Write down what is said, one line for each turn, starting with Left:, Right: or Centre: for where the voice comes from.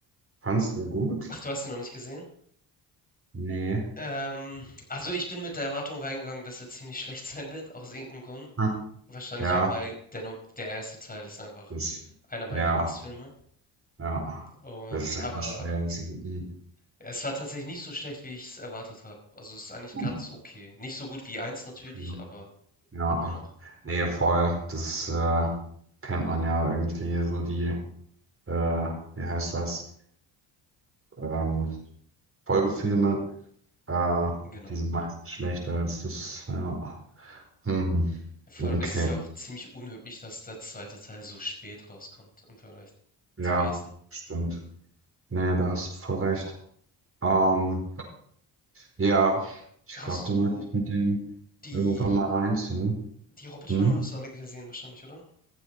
Right: Fandst du ihn gut?
Left: Ach, du hast ihn noch nicht gesehen?
Right: Nee.
Left: Ähm, also ich bin mit der Erwartung reingegangen, dass er ziemlich schlecht <laughs> sein wird, aus irgendeinem Grund.
Right: Hm.
Left: Wahrscheinlich
Right: Ja,
Left: auch, weil der, Num- der erste Teil ist einfach
Right: das,
Left: einer meiner
Right: ja,
Left: Lieblingsfilme.
Right: ja.
Left: Und
Right: Das ist immer
Left: aber
Right: schwer. Das ist, mm,
Left: es war tatsächlich nicht so schlecht, wie ich es erwartet habe. Also es ist eigentlich
Right: hm,
Left: ganz okay. Nicht so gut wie eins natürlich,
Right: cool.
Left: aber
Right: Ja.
Left: immer noch.
Right: Nee, voll. Das, äh, kennt man ja irgendwie so die. äh, wie heißt das, ähm, Folgefilme, äh,
Left: Genau.
Right: die sind meistens schlechter als das, ja. Hm,
Left: Vor
Right: hm,
Left: allem
Right: okay,
Left: ist es ja auch ziemlich unüblich, dass der zweite Teil so spät rauskommt im Vergleich
Right: ja,
Left: zum ersten.
Right: stimmt. Nee, da hast du voll recht. Ähm, ja, ich
Left: Hast
Right: glaube, dann
Left: du
Right: werde ich mit den
Left: die,
Right: irgendwann mal reinziehen.
Left: die Hobbit-Filme
Right: Hm?
Left: hast du alle gesehen wahrscheinlich, oder?